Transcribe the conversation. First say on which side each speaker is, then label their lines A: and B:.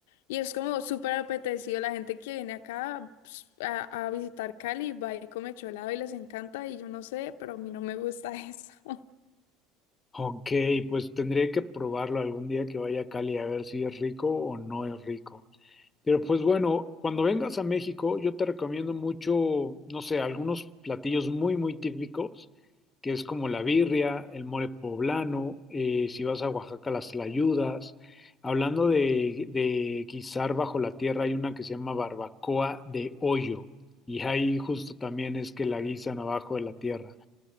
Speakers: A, on the left (about 80°); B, on the left (about 20°).
A: Y es como súper apetecido. La gente que viene acá ps, a, a visitar Cali va y come cholado y les encanta. Y yo no sé, pero a mí no me gusta eso. <laughs>
B: Ok, pues tendré que probarlo algún día que vaya a Cali a ver si es rico o no es rico. Pero pues bueno, cuando vengas a México, yo te recomiendo mucho, no sé, algunos platillos muy, muy típicos, que es como la birria, el mole poblano, eh, si vas a Oaxaca, las tlayudas. Hablando de, de guisar bajo la tierra, hay una que se llama barbacoa de hoyo, y ahí justo también es que la guisan abajo de la tierra.